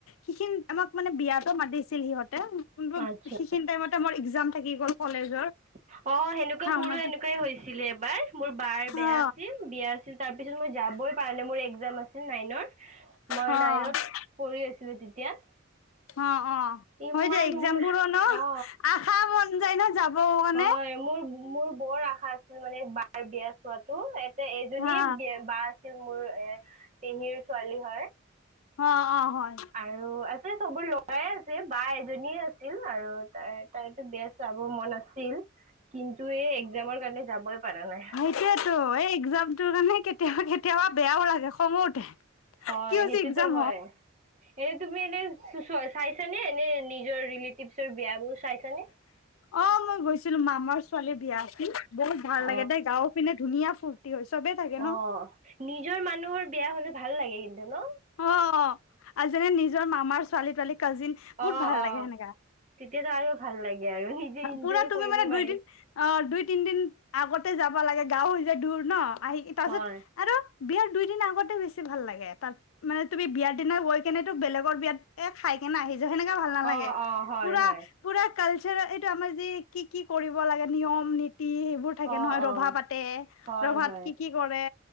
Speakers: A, on the left; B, on the right.
A: সিখিনি আমাক মানে বিয়াটো মাতিছিল সিহঁতে। কিন্তু
B: আচ্ছা
A: সেইখিনি টাইমতে মোৰ এক্জাম থাকি গ'ল কলেজৰ।
B: অ', সেনেকুৱা
A: সময়ত
B: মোৰো এনেকুৱাই হৈছিলে এবাৰ। মোৰ বাৰ বেয়া
A: অ
B: আছিল বিয়া আছিল তাৰ পিছত মই যাবই পাৰা নাই মোৰ এক্জাম আছিল নাইনৰ। মই
A: অ
B: নাইনত পঢ়ি আছিলোঁ তেতিয়া।
A: অ', অ'হয়
B: ইমান
A: দে এক্জাম
B: মোৰ
A: বোৰ ন
B: অ
A: আশা মন যায় ন যাব। কাৰণে
B: হয়, মোৰ মোৰ বৰ আশা আছিল মানে বাৰ বিয়া চোৱাতো। এ এজনী
A: হা
B: বা আছিল মোৰ এ পেহীৰ ছোৱালী হয়।
A: অ', অ' হয়।
B: আৰু আছে চবোৰ ল'ৰাই আছে বা এজনীয়ে আছিল আৰু তাৰ তাইো বেষ্ট চাব মন আছিল কিন্তু এই একজামৰ কাৰণে যাবই পাৰা নাই।
A: সেইয়েতো এই একজামটোৰ কাৰণে কেতিয়াবা, কেতিয়াবা বেয়াও লাগে খঙো উঠে।
B: হয়,
A: কি হৈছে
B: সেইটোতো
A: এক্জাম
B: হয়। এ তুমি এনে চাইছানে এনে নিজৰ ৰিলেটিভচৰ বিয়াবোৰ চাইছানে।
A: অ', মই গৈছিলোঁ মামাৰ ছোৱালী বিয়া আছিল বহুত ভাল
B: অ
A: লাগে দেই গাঁওত। পিনে ধুনীয়া ফুুল। হয় চবেই থাকে।
B: অ',
A: ন
B: নিজৰ মানুহৰ বেয়া হ'লে ভাল লাগে কিন্তু ন।
A: অ', অ' আৰু যোননে নিজৰ মামাৰ ছোৱালী তোৱালী কাজিন বহুত
B: অ
A: ভাল
B: অ
A: লাগে সেনেকা।
B: তেতিয়াতো আৰু ভাল লাগে আৰু। ইনজয়ো
A: পুৰা তুমি
B: কৰিব
A: মানে
B: পাৰি
A: দুই দিন। অ', দুই তিনিদিন আগতে যাবা লাগে গাও হৈ যায় দূৰ ন আহি তাৰ
B: হয়
A: পিছত। আৰু বিয়াৰ দুই দিন আগতে বেছি ভাল লাগে তাত। মানে তুমি বিয়াৰ দিনা গৈ কেনে তোক বেলেগৰ বিয়াত এ খাই কেনে আহি। সেনেকা ভাল নালাগে
B: অ অ হয়
A: পুৰা।
B: হয়
A: পুৰা কালচাৰ এইটো আমাৰ যে কি কি কৰিব লাগে নিয়ম নীতি সেইবোৰম থাকে
B: অ
A: নহয়
B: অ
A: ৰভা পাতে
B: হয়
A: ৰভাত
B: হয়
A: কি, কি। কৰে